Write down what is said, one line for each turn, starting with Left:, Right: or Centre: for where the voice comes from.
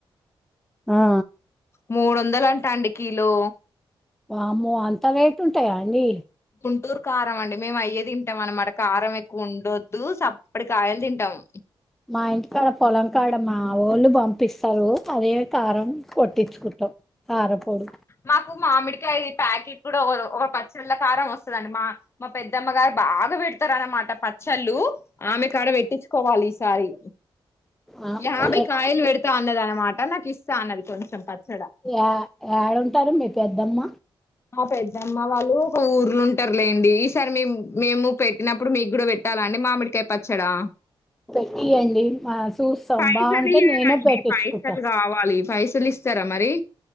Centre: ఆ
Left: మూడు వందలు అంటా అండి కీలో
Centre: వామ్మో అంత రేటు ఉంటాయా అండి
Left: గుంటూరు కారం అండి మేము అయే తింటాం అన్నమాట కారం ఎక్కువ ఉండొద్దు సప్పటి కాయలు తింటాము
Centre: మా ఇంటికాడ పొలం కాడ మా వాళ్ళు పంపిస్తారు అదే కారం కొట్టించుకుంటాం కారపొడి
Left: మాకు మామిడి మామిడి కాయ ఇది ప్యాకెట్ కూడా ఒక పచ్చళ్ళ కారం వస్తుందండి మా మా పెద్దమ్మ గారు బాగా పెడతారు అన్నమాట పచ్చళ్ళు ఆమె కాడ పెట్టించుకోవాలి సారి
Centre: ఆ
Left: యా బై
Centre: ఏ
Left: కాయల్ వెడత ఇట్టగా అన్నది అన్నమాట నాకు ఇస్తా అన్నది కొంచెం పచ్చడా
Centre: ఎ ఏడా ఉంటారు మీ పెద్దమ్మ
Left: మా పెద్దమ్మ వాళ్ళు ఒక ఊర్లో ఉంటారులేండి ఈసారి మే మేము పెట్టినప్పుడు మీకు కూడా పెట్టాల అండి మామిడికాయ పచ్చడా
Centre: పెట్టియండి మా చూస్తాం
Left: పైసలు
Centre: బాగుంటే
Left: ఇయ్యాలండి
Centre: నేను పెట్టించుకుంటా
Left: పైసలు కావాలి పైసలు ఇస్తారా మరి